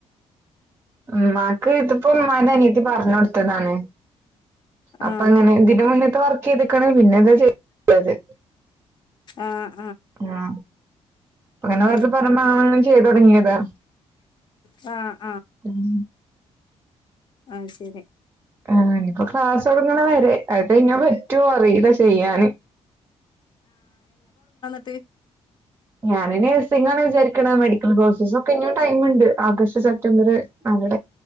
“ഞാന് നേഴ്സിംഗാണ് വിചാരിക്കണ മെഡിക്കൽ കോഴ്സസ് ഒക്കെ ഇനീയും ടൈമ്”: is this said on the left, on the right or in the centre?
Right